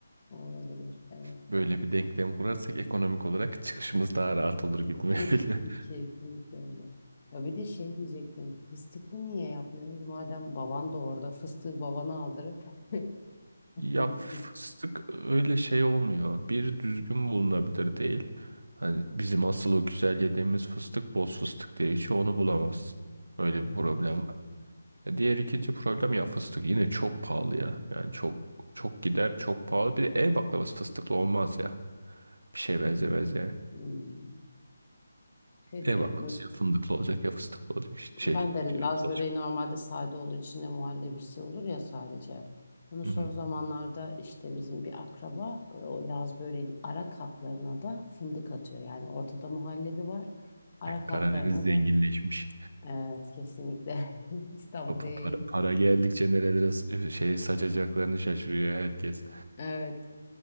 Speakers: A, on the left; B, on the right.
A: Olabilir. Evet.
B: <laughs> Böyle bir denklem kurarsak ekonomik olarak çıkışımız daha rahat olur gibi mi
A: <laughs>
B: geliyor? <laughs>
A: Kesinlikle öyle. Ya bir de şey diyecektim. Fıstıklı niye yapmıyoruz? Madem baban da orada fıstığı babana aldırıp <laughs>
B: Ya fıstık öyle şey olmuyor. Bir düzgün bulunabilir değil. Hani bizim asıl o güzel yediğimiz fıstık boz fıstık diye hiç onu bulamazsın. Öyle bir problem var. E, Diğer ikinci problem ya fıstık yine çok pahalı ya. Yani çok çok gider çok pahalı. Bir de ev baklavası fıstıklı olmaz ya. Bir şeye benzemez yani.
A: Hmm. şeyde
B: E bak ya fındıklı olacak ya fıstıklı olacak işte
A: Ben
B: şey
A: de
B: cevizli
A: Laz böreği
B: olacak.
A: normalde sade olur. içinde muhallebisi olur ya sadece. Bunu
B: Hı
A: son
B: hı.
A: zamanlarda işte bizim bir akraba e, o Laz böreğin ara katlarına da fındık atıyor. Yani ortada muhallebi var. Ara katlarına
B: Karadeniz zenginleşmiş.
A: da evet kesinlikle <laughs> İstanbul'a
B: Pa- pa-
A: yayın.
B: Para, para geldikçe nerelere s- e, şey saçacaklarını şaşırıyor herkes.
A: Evet